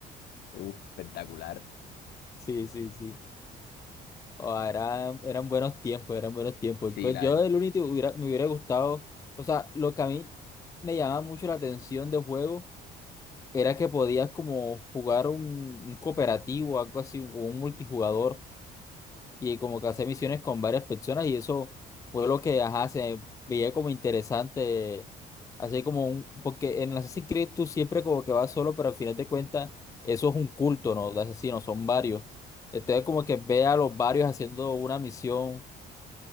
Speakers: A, on the left; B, on the left.
A: Uf, espectacular.
B: Sí, sí, sí. Oh, era- eran buenos tiempos, eran buenos tiempos.
A: Sí,
B: Pues
A: la,
B: yo del Unity hubiera, me hubiera gustado, o sea, lo que a mí me llamaba mucho la atención de juego era que podías como jugar un, un cooperativo, algo así, o un multijugador, y como que hacer misiones con varias personas, y eso fue lo que, ajá, se veía como interesante, así como un, porque en Assassin's Creed tú siempre como que vas solo, pero al final de cuentas eso es un culto, ¿no? De asesinos, son varios. Entonces como que ve a los varios haciendo una misión,